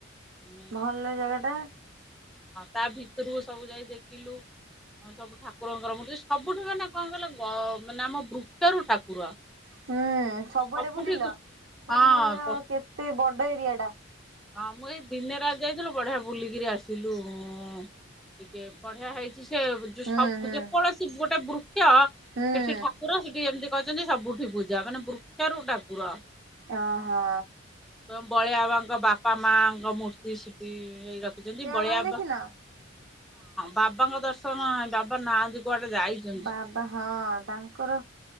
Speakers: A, in the centre; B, on the right.
A: ହଁ
B: ଭଲ ଜାଗା ଟା
A: ତା ଭିତରକୁ ସବୁ ଯାଇ ଦେଖିଲୁ। ହଁ ସବୁ ଠାକୁରଙ୍କର ମୂର୍ତ୍ତି ସବୁଠୁ ମାନେ କଣ କଲେ ମାନେ ଆମ ବୃକ୍ଷରୁ ଠାକୁର।
B: ହୁଁ ସବୁଆଡେ
A: ସବୁଠି
B: ବୁଲିଲ
A: ହଁ
B: ଭଲ ଆ କେତେ ବଡ ଏରିଆ ଟା?
A: ହଁ ମୁଁ ଏଇ ଦିନରେ ଆଜି ଯାଇଥିଲୁ ବଢିଆ ବୁଲିକିରି ଆସିଲୁ ଟିକେ ବଢିଆ ହେଇଛି। ସେ
B: ହୁଁ ହୁଁ
A: ଯେକୌଣସି ଗୋଟେ ବୃକ୍ଷ ସେଠି
B: ହୁଁ
A: ଠାକୁର ସେଠି ଯେମିତି ଅଛନ୍ତି ସବୁଠି ପୂଜା ମାନେ ବୃକ୍ଷରୁ ଠାକୁର।
B: ଓହୋ।
A: ଯୋଉ ବଳିଆବାଙ୍କ ବାପା ମାଆଙ୍କ ମୂର୍ତ୍ତି ସିଟିି ରଖିଛନ୍ତି ବଳିଆ
B: ବାବାଙ୍କୁ ଦେଖିନ?
A: ବା ବାବାଙ୍କ ଦର୍ଶନ ନାହିଁ ବାବା ନାହାଁନ୍ତି। କୁଆଡେ ଯାଇଛନ୍ତି?
B: ବାବା ହଁ ତାଙ୍କର